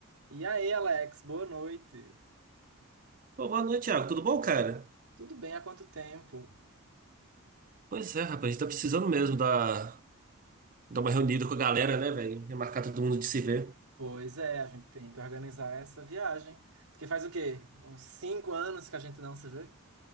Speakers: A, on the right; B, on the right.
A: E aí, Alex, boa noite.
B: Pô, boa noite, Thiago. Tudo bom, cara?
A: Tudo bem? Há quanto tempo?
B: Pois é, rapaz, a gente tá precisando mesmo dar, dar uma reunida com a galera, né, velho? Remarcar todo mundo de se ver.
A: Pois é, a gente tem que organizar essa viagem. Porque faz o quê? Uns cinco anos que a gente não se vê?